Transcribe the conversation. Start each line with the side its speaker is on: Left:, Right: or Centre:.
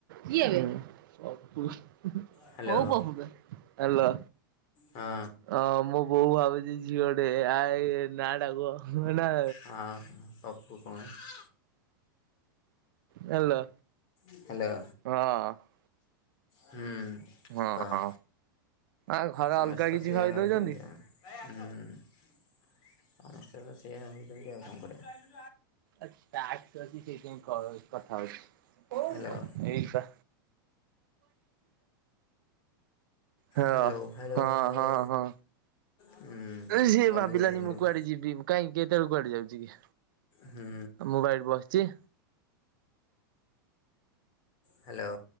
Right: କିଏବେ ପପୁ। <unintelligible>
Left: Hello
Right: hello.
Left: ହଁ
Right: ହଁ ମୋ ବୋଉ ଭାବୁଛି ଝିଅଟେ ଆ ଏ ନାଆଟା କୁହ। ମୋ ନାଁ
Left: ହଁ ପପୁ <unintelligible>
Right: ହାଲୋ।
Left: ହ୍ୟାଲୋ।
Right: ହଁ।
Left: ହୁଁ।
Right: ହଁ
Left: କହ
Right: ହ ଆ ଘରେ
Left: ସମସ୍ତେ
Right: ଅଲଗା କିଛି
Left: ସେଇଆ
Right: ଭାବିଦଉଛନ୍ତି।
Left: ହେଉଛନ୍ତି ଆଉ ହୁଁ ସମସ୍ତେ ତ ସେଇଆ ହଉଛନ୍ତି ଆଉ କଣ କରିବା।
Right: ଆଜି ଷ୍ଟାର୍ଟ କରିଚି ସେଇଥିପାଇଁ କଥା ହଉଚି।
Left: ହ୍ୟାଲୋ।
Right: ଏଇପା ହଁ-ହଁ-ହଁ-ହଁ।
Left: ହ୍ୟାଲୋ ହ୍ୟାଲୋ ହ୍ୟାଲୋ ହୁଁ
Right: ସିଏ
Left: ଗଲୁ
Right: ଭାବିଲାନି
Left: କୁଆଡ଼େ ଘରକୁ
Right: ମୁଁ କୁଆଡେ ଯିବି କାଇଁ କେତେବେଳେ କୁଆଡେ ଯାଉଛି କି?
Left: ହୁଁ
Right: ମୁଁ ବା ଏଇ ବସିଛି।
Left: ହ୍ୟାଲୋ।